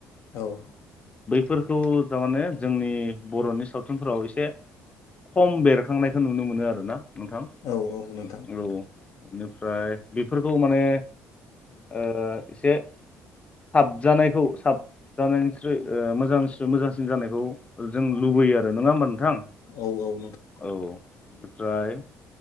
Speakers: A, on the left; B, on the left.
A: औ।
B: फोरखौ थारमाने जोंनि बर'नि सावथुनफोराव एसे खम बेरखांनायखौ नुनो मोनो आरो ना। नोंथां
A: औ औ नोंथां
B: औ औ। बेनिफ्राय बेफोरखौ माने ओ एसे साबजानायखौ साबजानायनिस्रुइ ओ मोजांस्रि मोजांसिन जानायखौ जों लुबैयो आरो नङा होमबा नों थां?
A: औ औ नोंथां
B: औ बेनिफ्राय